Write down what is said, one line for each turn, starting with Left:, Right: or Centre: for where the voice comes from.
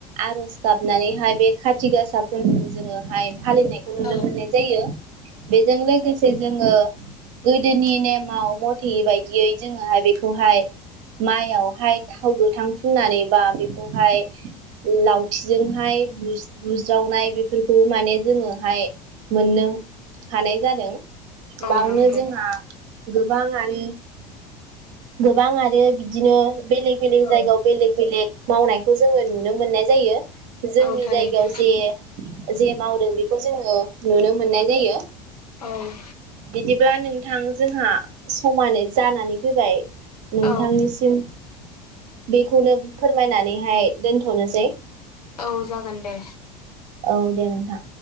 Right: आरज गाबनानैहाय बे खाथि गासा फोरखौ जोङोहाय फालिनायखौ खौ
Left: औ
Right: नुनो मोननाय जायो बेजों लोगोसे जोङो गोदोनि नेमाव मथे बायदियै जोङोहाय बेखौहाय माइयावहाय थावगोथां फुननानै बा बेखौहाय लावथिजोंहाय बुज-बुज्रावनाय बेफोरखौबो माने जोङोहाय मोननो हानाय जादों
Left: औ
Right: बावनो
Left: नंगौ
Right: जोंहा गोबां आरो गोबां आरो बिदिनो बेलेग बेलेग
Left: औ
Right: जायगायाव बेलेक बेलेग मावनायखौ जोङो नुनो मोननाय जायो जोंनि
Left: औ थारैनो
Right: जायगायाव जे जे मावदों बेखौ जोङो नुनो मोननाय जायो।
Left: औ
Right: बिदिब्ला नोंथां जोंहा समानै जानानै फैबाय नोंथांनिसिम
Left: औ
Right: बेखौनो फोरमायनानैहाय दोनथ'नोसै
Left: औ जागोन दे।
Right: औ दे नोंथां।